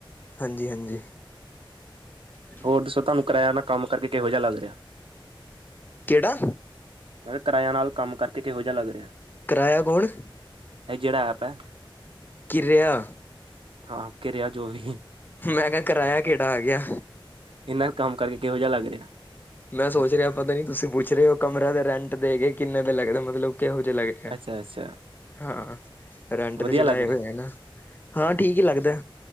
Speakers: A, on the left; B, on the right.
A: ਹਾਂਜੀ ਹਾਂਜੀ ਹਾਂ
B: ਹੋਰ ਦੱਸੋ ਤੁਹਾਨੂੰ ਕਿਰਾਇਆ ਦਾ ਕੰਮ ਕਰਕੇ ਕਿਹੋ ਜਿਹਾ ਲੱਗ ਰਿਹਾ?
A: ਕਿਹੜਾ
B: ਮੈਂ ਕਿਹਾ ਕਿਰਾਇਆ ਨਾਲ ਕੰਮ ਕਰਕੇ ਕਿਹੋ ਜਿਹਾ ਲੱਗ ਰਿਹਾ
A: ਕਿਰਾਇਆ ਕੌਣ?
B: ਇਹ ਜਿਹੜਾ ਐਪ ਹੈ।
A: ਕਿਰਿਆ।
B: ਹਾਂ, ਕਿਰਿਆ ਜੋ ਵੀ
A: ਮੈਂ ਕਿਹਾ ਕਰਾਇਆ ਕਿਹੜਾ ਆ ਗਿਆ।
B: ਇਹੰਨਾ ਕੰਮ ਕਰਕੇ ਕਿਹੋ ਜੇਹਾ ਲੱਗ ਰਿਹਾ
A: ਮੈਂ ਸੋਚ ਰਿਹਾ ਪਤਾ ਨੀ ਤੁਸੀਂ ਪੁੱਛ ਰਹੇ ਹੋ ਕਮਰਾ ਦੇ ਰੈਂਟ ਦੇ ਕੇ ਕਿੰਨੇ ਦੇ ਲੱਗਦੇ ਮਤਲਬ ਕਿਹੋ ਜਿਹੇ ਲੱਗ ਆ
B: ਅੱਛਾ-ਅੱਛਾ
A: ਹਾਂ ਰੈੰਟ ਤੇ
B: ਵਧੀਆ
A: ਚੜਾਏ
B: ਲੱਗ ਰਿਹਾ
A: ਹੋਏ ਆ ਨਾ ਹਾਂ ਠੀਕ ਹੀ ਲੱਗਦੈ